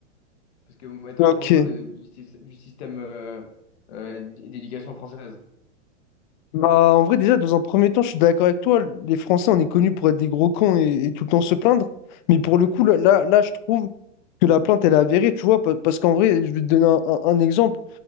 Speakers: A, on the left (about 60°); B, on the left (about 40°).
A: Parce que ouais, toi
B: Ok.
A: t'en penses quoi de- du, syst- du système euh, euh, d- d'éducation française?
B: Bah, en vrai, déjà, dans un premier temps, je suis d'accord avec toi. Les Français, on est connus pour être des gros cons et, et tout le temps se plaindre. Mais pour le coup, là, là, là, je trouve que la plainte, elle est avérée, tu vois. pa- Parce qu'en vrai, je vais te donner un, un- un exemple.